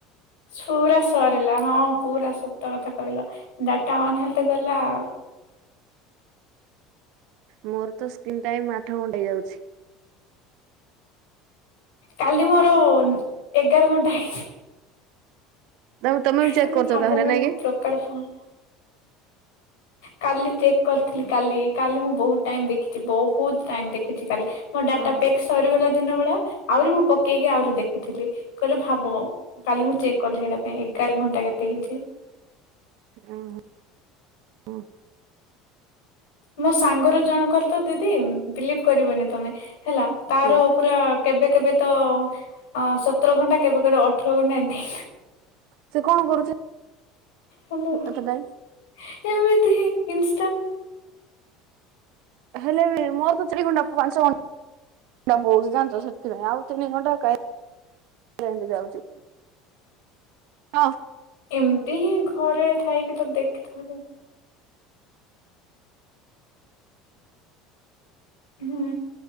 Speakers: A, on the left; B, on the right.
A: ସୁରା ସରିଲା ହଁ ପୁରା ସତ କଥା କହିଲ ଡାଟା ଅନ ହେଲ ଗଲା ଆଉ।
B: ମୋର ତ ସ୍କିିନ ଟାଇମ୍ ଆଠ ଘଣ୍ଟା ହେଇଯାଉଛି।
A: କାଲି ମୋର ଏଗାର ଘଣ୍ଟା ହେଇଛି।
B: ତା ତମେ ବି <unintelligible>
A: ତା ହେଲେ ଭାବ
B: ତାହେଲେ
A: ମୁଁ
B: ନାଇଁ କି?
A: କୁ ପ୍ରକାର ଫୋନ କାଲି ଚେକ୍ କରିଥିଲି କାଲି କାଲି ମୁଁ ବହୁତ ଟାଇମ ଦେଖିଛି ବହୁତ ଟାଇମ ଦେଖିଛି କାଲି। ମୋ ଡାଟା
B: ହୁଁ
A: ପ୍ୟାକ୍ ସରିଗଲା ଦିନ ବେଳା ଆହୁରି ମୁଁ ପକେଇକି ଆହୁରି ଦେଖୁଥିଲି। କହିଲେ ଭାବ କାଲି ମୁଁ ଚେକ୍ କଲି ହେଇଟା ପାଇଁ ଏଗାର ଘଣ୍ଟା କେତେ ହେଇଛି।
B: ଉହୁଁ ହୁଁ।
A: ମୋ ସାଙ୍ଗର ଜଣଙ୍କର ତ ଦିଦି ବିଲିଭି କରିବନି ତମେ ହେଲା ତାର
B: ହୁଁ
A: ପୁରା କେବେ କେବେ ତ ଅ ସତର ଘଣ୍ଟା କେବେ କେବେ ଅଠର ଘଣ୍ଟା ଏମିତି
B: ସେ କଣ କରୁଛି
A: ହଲ <unintelligible>
B: ଏତେ ଟାଇମ୍?
A: ଏମିତି ହିଁ ଇନିଷ୍ଟା।
B: ହେଲେ ବି ମୋର ତ ଚାରି ଘଣ୍ଟା ପାଞ୍ଚ ଘ ତା ବହୁ ଜାଛ ସେଥିପାଇ ଆଉ ତିନି ଘଣ୍ଟା କାଇ <unintelligible> ଯାଉଚି ହଁ।
A: ଏମତି ହିଁ ଘରେ ଥାଇକି ତ ଦେଖିଥାନ୍ତେ। ହୁଁ।